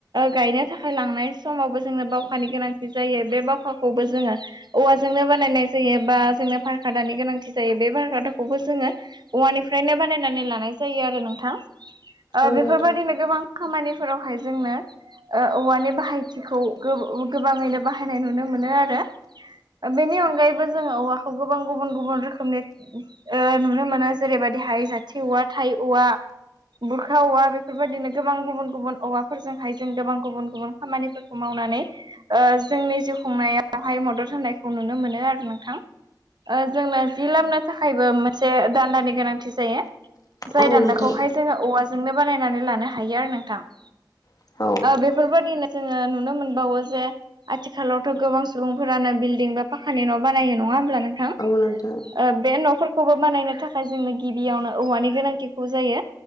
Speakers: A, on the right; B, on the left.
A: गायनो थाखाय लांनाय समावबो जोंनो बावखानि गोनांथि जायो बे बावखाखौबो जोङो औवाजोंनो बानायनाय जायो बा जोंनो भार खादानि गोनांथि जायो बे भार खादाखौबो जोङो औवानिफ्रायनो बानायनानै लानाय जायो आरो नोंथां
B: औ
A: बेफोरबायदिनो
B: नोंथां
A: गोबां खामानिफोरावहाय जोंनो ओ औवानि बाहायथिखौ गोबाङैनो बाहायनाय नुनो मोनो आरो। बेनि अनगायैबो जोङो औवाखौ गोबां गुबुन गुबुन रोखोमनि ओ नुनो मोनो जेरैबायदिहाय जाथि औवा थाइ औवा। बुरखा औवा बेफोरबायदिनो गोबां गुबुन गुबुन औवाफोरजोंहाय जों गोबां गुबुन गुबुन खामानिफोरखौ मावनानै ओ जोंनि जिउ खुंनायावहाय मदद होनायखौ नुनो मोनो आरो नोंथां। जोंनो जि लामनो थाखायबो मोनसे दान्दानि गोनांथि जायो। जाय
B: औ
A: दान्दाखौहाय
B: नोंथां
A: जोङो औवाजोंनो बानायनानै लानो हायो आरो नोंथां।
B: औ
A: बेफोरबायदिनो जोङो नुनो मोनबावो जे आथिखालावथ' गोबां सुबुंफोरानो बिल्डिं बा फाखानि न' बानायो नङा होमब्ला नोंथां?
B: औ नोंथां।
A: बे न'फोरखौबो बानायनो थाखाय जोंनो गिबियावनो औवानि गोनांथिखौ जायो।